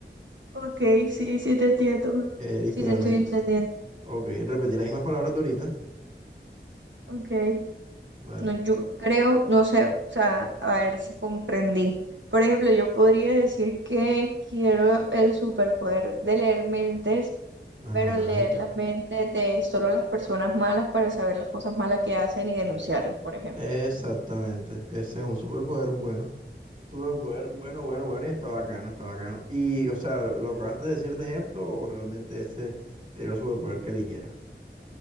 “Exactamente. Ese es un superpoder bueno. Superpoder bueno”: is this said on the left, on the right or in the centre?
Right